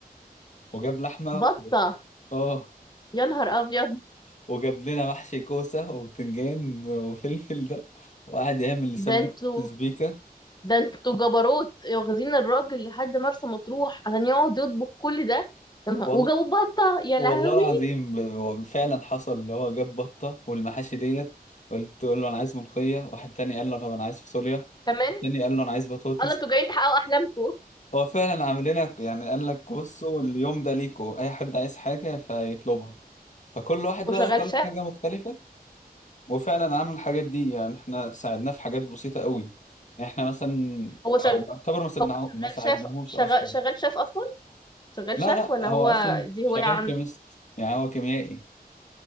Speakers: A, on the left (about 50°); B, on the left (about 25°).
A: وجاب لحمه
B: بطه
A: اه
B: يا نهار ابيض
A: وجاب لنا محشي كوسة وبتنجان وفلفل ده وقعد يعمل اللي
B: ده
A: سبت
B: انتوا
A: سبيكة
B: ده انتوا جبروت واخدين الراجل لحد مرسى مطروح عشان يقعد يطبخ كل ده يا نهار
A: وال...
B: وجابوا بطة يا
A: والله
B: لهوي
A: العظيم ب- هو فعلا حصل اللي هو جاب بطة والمحاشي ديت قلت له انا عايز ملوخية واحد تاني قال له طب انا عايز فاصوليا
B: كمان
A: واحد تاني قال له انا عايز بطاطس
B: قال انتوا جايين تحققوا احلامكم
A: هو فعلا عامل لنا يعني قال لك بصوا اليوم ده ليكوا اي حد عايز حاجة فيطلبها فكل واحد
B: هو
A: بقى
B: شغال
A: طلب
B: شاف
A: حاجة مختلفة وفعلا عمل الحاجات دي يعني احنا ساعدناه في حاجات بسيطة قوي يعني احنا مثلا
B: هو شغال
A: او بعتبر ما ساعدناه
B: هو شغال
A: ما ساعدناهوش
B: شاف شغال
A: اصلا
B: شغال شاف اصلا شغال
A: لا
B: شاف
A: لا
B: ولا
A: هو
B: هو
A: اصلا
B: دي
A: شغال
B: هواية عنده
A: كيميست يعني هو كيميائي